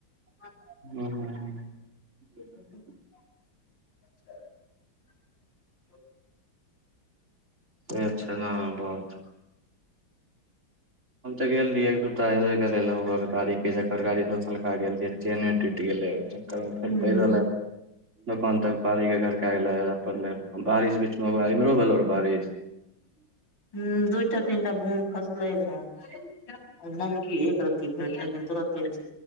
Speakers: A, on the right (about 35°); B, on the left (about 65°).
A: ह ह।
B: <unintelligible>
A: च छैा ने बात। हम ते गेल रहिए एक दू टा गेले ले ओकर गाड़ी के जकर गाड़ीलका गेलय चेने टूटि गेले। तब
B: रहे
A: फेर
B: हूँ
A: पैदल दोकान तक पारी के घर कए गेल। पहिले बारिश बीचमे इमहरो भेलो बारिश।
B: ह दूटा तीनटा बुन खसले रहे ओ मन की एक र्त। कि त रत ठीक।